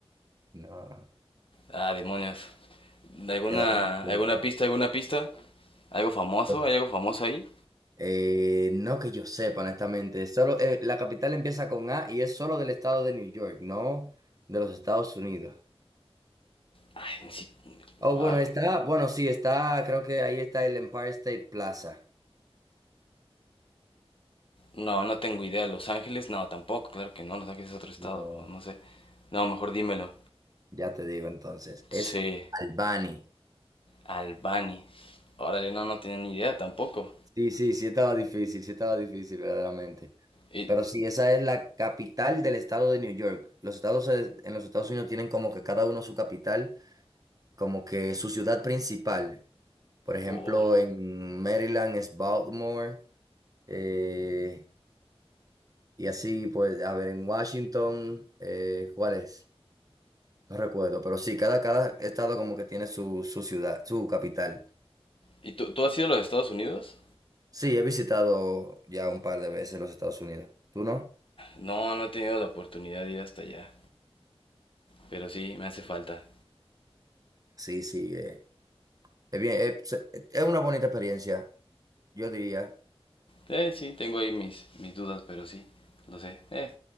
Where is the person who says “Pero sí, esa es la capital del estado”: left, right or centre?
Right